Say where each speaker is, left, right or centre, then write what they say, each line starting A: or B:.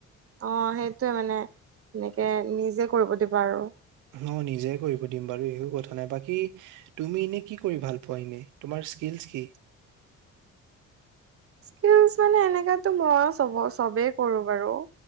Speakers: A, on the right; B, on the right.
A: অঁ' সেইটোৱে মানে এনেকে নিজে কৰিব দিবা আৰু।
B: অঁ' নিজে কৰিব দিম বাৰু একো কথা নাই। বাকী- তুমি এনেই কি কৰি ভাল পোৱা এনেই তোমাৰ স্কিলছ কি?
A: স্কিলচ মানে এনেকাতো মই চ'ব চবেই কৰো বাৰু।